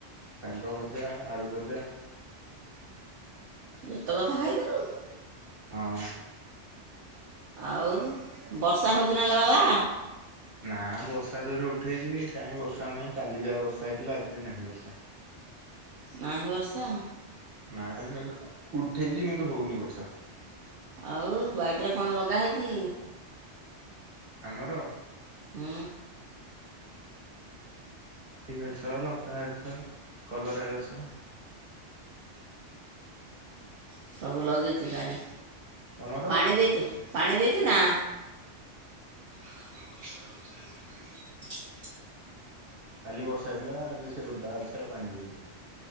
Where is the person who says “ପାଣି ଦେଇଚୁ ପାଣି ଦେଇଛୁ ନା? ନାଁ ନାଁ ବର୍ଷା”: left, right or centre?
Right